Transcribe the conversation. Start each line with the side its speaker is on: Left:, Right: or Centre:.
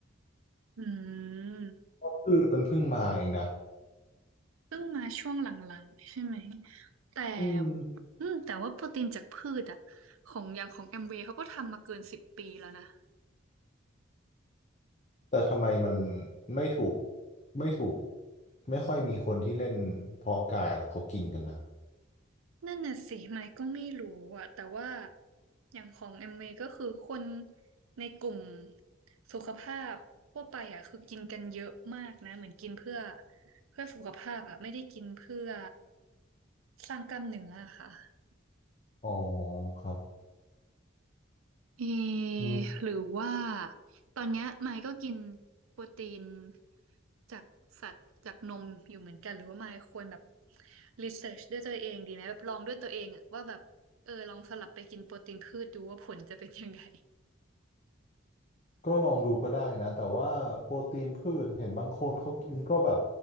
Right: อืม
Left: คือมันเพิ่งมาเองนะ
Right: เพิ่งมาช่วงหลังๆใช่ไหมแต่
Left: อืม
Right: อืมแต่ว่าโปรตีนจากพืชอ่ะของอย่างของแอมเวย์เขาก็ทำมาเกินสิบปีแล้วนะ
Left: แต่ทำไมมันไม่ถูกไม่ถูกไม่ค่อยมีคนที่เล่นเพาะกายล่ะเขากินกันนะ
Right: นั่นน่ะสิไมค์ก็ไม่รู้อะแต่ว่าอย่างของเอ็มวีก็คือคนในกลุ่มสุขภาพทั่วไปอะคือกินกันเยอะมากนะเหมือนกินเพื่อเพื่อสุขภาพอะไม่ได้กินเพื่อสร้างกล้ามเนื้ออะค่ะ
Left: อ๋อครับ
Right: เอ
Left: อืม
Right: หรือว่าตอนเนี้ยไมค์ก็กินโปรตีนจากสัตว์จากนมอยู่เหมือนกันหรือว่าไมค์ควรแบบรีเสิร์ชด้วยตัวเองดีไหมแบบลองด้วยตัวเองอะว่าแบบเออลองสลับไปกินโปรตีนพืชดูว่าผลจะเป็นยังไง
Left: ก็ลองดูก็ได้นะแต่ว่าโปรตีนพืชเห็นบางคนเขากินก็แบบ